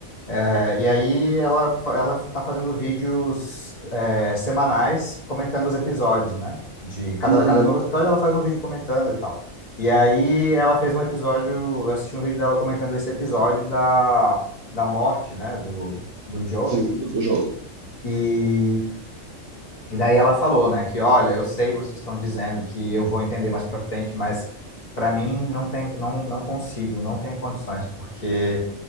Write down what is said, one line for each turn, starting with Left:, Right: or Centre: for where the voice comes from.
Left: É, e aí ela, fa- ela tá fazendo vídeos é, semanais comentando os episódios, né? De cada,
Right: Uhum,
Left: cada novo episódio ela faz um vídeo comentando e tal. E aí ela fez um episódio, eu assisti um vídeo dela comentando esse episódio da, da morte, né? Do, do Joe.
Right: sim, do, do jogo.
Left: e E daí ela falou, né, que olha, eu sei, vocês estão dizendo que eu vou entender mais para frente, mas para mim não tem, não, não consigo, não tem condições, porque